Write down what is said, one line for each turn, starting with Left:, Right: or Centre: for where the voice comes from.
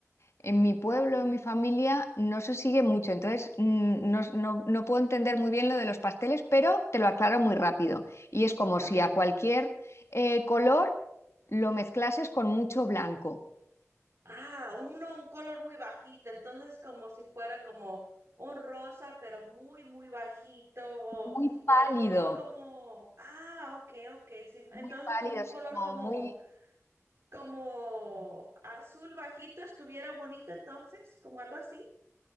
Left: en mi pueblo, en mi familia, no se sigue mucho. Entonces, mm, no, no- no puedo entender muy bien lo de los pasteles, pero te lo aclaro muy rápido. Y es como si
Right: Ok.
Left: a cualquier eh, color lo mezclases con mucho blanco.
Right: Ah, uno, un color muy bajito, entonces como si fuera como un rosa, pero muy, muy bajito,
Left: Muy
Right: o, o
Left: pálido,
Right: el color como, ah, ok, ok, sí,
Left: muy
Right: entonces
Left: pálido,
Right: como un
Left: así
Right: color
Left: como
Right: como,
Left: muy...
Right: como azul bajito estuviera bonito, entonces, como algo así.